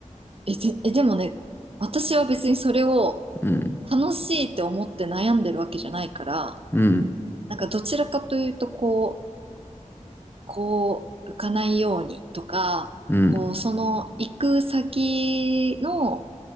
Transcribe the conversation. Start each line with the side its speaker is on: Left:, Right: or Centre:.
Right: え、ぜ、え、でもね、私は別にそれを
Left: うん。
Right: 楽しいって思って悩んでるわけじゃないから、
Left: うん
Right: なんかどちらかというと、こう、こう、浮かないようにとか、
Left: うん、
Right: こう、その行く先の、